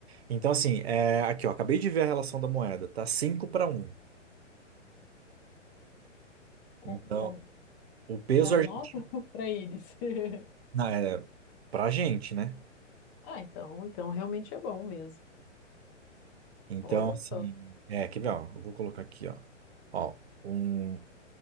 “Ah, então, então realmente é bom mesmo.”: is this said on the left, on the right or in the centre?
Left